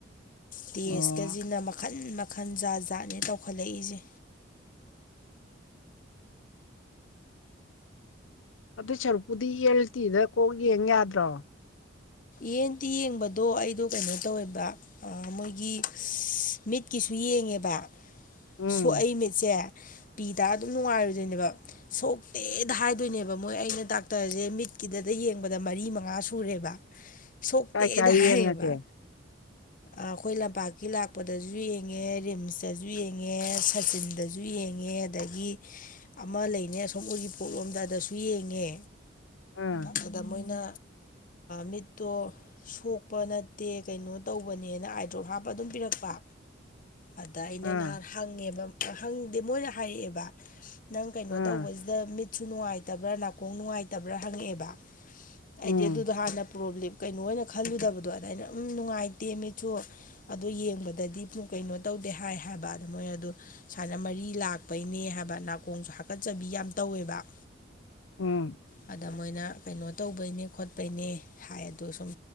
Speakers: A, on the left; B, on the left.
A: ꯇꯦꯁꯀꯁꯤꯅ
B: ꯑꯣ
A: ꯃꯈꯥ ꯃꯈꯟ ꯃꯈꯟ ꯖꯥꯠ ꯖꯥꯠꯅꯦ ꯇꯧꯈꯠꯂꯛꯏꯁꯦ
B: ꯑꯗꯨ ꯁꯔꯨꯛꯄꯨꯗꯤ ꯌꯦꯜꯇꯤꯗ ꯀꯣꯛ ꯌꯦꯡ ꯌꯥꯗ꯭ꯔꯣ
A: ꯌꯦꯟꯗꯤꯤ ꯌꯦꯡꯕꯗꯣ ꯑꯩꯗꯣ ꯀꯩꯅꯣ ꯇꯧꯋꯦꯕ ꯃꯣꯏꯒꯤ ꯃꯤꯠꯀꯤꯁꯨ ꯌꯦꯡꯉꯦꯕ
B: ꯎꯝ
A: ꯁꯣꯛꯏ ꯃꯤꯠꯁꯦ ꯄꯤ ꯇ ꯑꯗꯨꯝ ꯅꯨꯡꯉꯥꯏꯔꯨꯗꯣꯏꯅꯦꯕ ꯁꯣꯛꯇꯦꯗ ꯍꯥꯏꯗꯣꯏꯅꯦꯕ ꯃꯣꯏ ꯑꯩꯅ ꯗꯥꯛꯇꯔꯁꯦ ꯃꯤꯠ ꯀꯤꯗꯗ ꯌꯦꯡꯕꯗ ꯃꯔꯤ ꯃꯉꯥ ꯁꯨꯔꯦꯕ ꯁꯣꯛꯇꯦꯗ
B: ꯀꯥꯏ ꯀꯥꯏ
A: ꯍꯥꯏꯌꯦꯕ
B: ꯌꯦꯡꯉꯒꯦ
A: ꯑꯩꯈꯣꯏ ꯂꯝꯄꯥꯛꯀꯤ ꯂꯥꯛꯄꯗꯁꯨ ꯌꯦꯡꯉꯦ ꯔꯤꯝꯁꯇꯁꯨ ꯌꯦꯡꯉꯦ ꯁꯆꯤꯟꯗꯁꯨ ꯌꯦꯡꯉꯦ ꯉ ꯑ ꯑꯃ ꯂꯩ ꯁꯨꯝ ꯑꯣꯏꯒꯤ ꯄꯣꯠꯂꯣꯝꯗꯗꯁꯨ ꯌꯦꯡꯉꯦ
B: ꯑꯥ
A: ꯑꯗꯨꯗ ꯃꯣꯏꯅ ꯃꯤꯠꯇꯣ ꯁꯣꯛꯄ ꯅꯠꯇꯦ ꯀꯩꯅꯣ ꯇꯧꯕꯅꯦꯅ ꯑꯥꯏꯗ꯭ꯔꯣꯞ ꯍꯥꯞꯄ ꯑꯗꯨꯝ ꯄꯤꯔꯛꯄ ꯑꯗ ꯑꯩꯅ
B: ꯑꯥ
A: ꯅꯍꯥꯟ ꯍꯪꯉꯦꯕ ꯍꯪꯗꯦ ꯃꯣꯏꯅ ꯍꯥꯏꯔꯛꯑꯦꯕ ꯅꯪ ꯀꯩꯅꯣ
B: ꯑꯥ
A: ꯇꯧꯕꯁꯤꯗ ꯃꯤꯠꯁꯨ ꯅꯨꯡꯉꯥꯏꯇꯕ꯭ꯔꯥ ꯅꯥꯀꯣꯡ ꯅꯨꯡꯉꯥꯏꯇꯕ꯭ꯔꯥ ꯍꯪꯉꯛꯑꯦꯕ ꯑꯩꯗꯤꯦ
B: ꯎꯝ
A: ꯑꯗꯨ ꯄ꯭ꯔꯣꯕ꯭ꯂꯤꯂꯦꯝ ꯀꯩꯅꯣ ꯑꯣꯏꯅ ꯈꯜꯂꯨꯗꯕꯗꯣ ꯑꯗꯨꯗꯃꯥꯏꯩꯅ ꯑꯗꯨꯝ ꯅꯨꯡꯉꯥꯏꯇꯦ ꯃꯤꯆꯣ ꯑꯗꯣ ꯌꯦꯡꯕꯗꯗꯤ ꯀꯩꯅꯣ ꯇꯧꯗꯦ ꯍꯥꯏ ꯍꯥꯏꯕ ꯑ ꯃꯣꯏ ꯑꯗꯨ ꯁꯨꯃꯥꯏꯅ ꯃꯔꯤ ꯂꯥꯛꯄꯩꯅꯦ ꯍꯥꯏꯕ ꯅꯥꯀꯣꯡꯁꯨ ꯍꯥꯀꯠꯆꯕ ꯌꯥꯝ ꯇꯧꯋꯦꯕ
B: ꯎꯝ
A: ꯑꯗ ꯃꯣꯏꯅ ꯀꯩꯅꯣ ꯇꯧꯕꯅꯦ ꯈꯄ ꯄꯩꯅꯦ ꯍꯥꯏ ꯑꯗꯣ ꯁꯨꯝ